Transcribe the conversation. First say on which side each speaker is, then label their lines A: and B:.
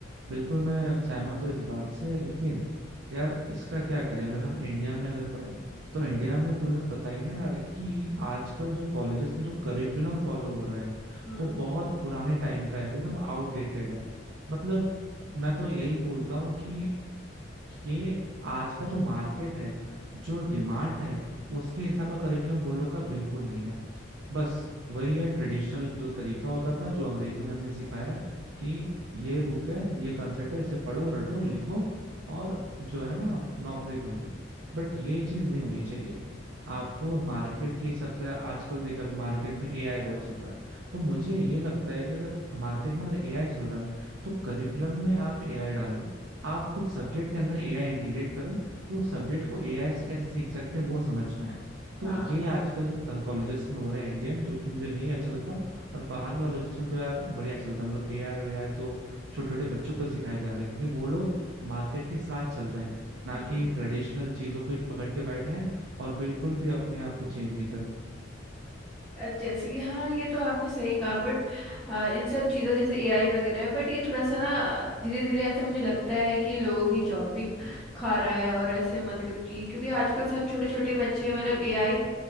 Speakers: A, on the right; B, in the centre.
A: बिल्कुल मैं सहमत हूँ इस बात से लेकिन यार इसका क्या करें अगर हम इंडिया में अगर पढ़ें तो इंडिया में तुम्हें पता ही ना यार कि आजकल जो कॉलेजेस में जो करिकुलम फॉलो हो रहा है
B: हम्म
A: वो बहुत पुराने टाइम का है एकदम आउटडेटेड है मतलब मैं तो यही बोलता हूँ कि ये आज का जो मार्केट है जो डिमांड है उसके हिसाब का करिकुलम वो लोग का बिल्कुल नहीं है बस वही है ट्रेडिशनल जो तरीका होता था जो अंग्रेजों ने हमें सिखाया कि ये बुक है ये कंसेप्ट है इसे पढ़ो रटो लिखो और जो है ना नौकरी ढूंढो बट ये चीज नहीं होनी चाहिए आपको मार्केट के हिसाब से आजकल देखा अभी मार्केट में एआई बहुत चल रहा है तो मुझे ये लगता है कि अगर मार्केट में अगर एआई चल रहा है तो
B: हम्म,
A: करिकुलम में आप एआई डालो आप कुछ सब्जेक्ट के अंदर एआई इंटीग्रेट करो कि उस सब्जेक्ट को एआई से कैसे सीख सकते हैं वो समझ में आए तो
B: हाँ
A: ये आजकल कॉलेजेस में हो रहे हैं इंडियन जो कि मुझे नहीं अच्छा लगता और बाहर के कॉलेजेस में तो यार बढ़िया अच्छा लगता है मतलब एआई वेआई तो छोटे छोटे बच्चों को सिखाया जा रहा है क्योंकि वो लोग मार्केट के साथ चल रहे हैं ना
B: हम्म
A: कि ट्रेडिशनल चीजों को ही पकड़ के बैठे हैं और बिल्कुल भी अपने आप को चेंज नहीं करे
B: अ, जैसे कि हाँ ये तो आपने सही कहा बट इन सब चीज़ों जैसे एआई वगैरह है बट ये थोड़ा सा ना धीरे धीरे ऐसा मुझे लगता है कि लोगों की जॉब भी खा रहा है और ऐसे मतलब कि क्योंकि आजकल सब छोटे छोटे बच्चे मतलब एआई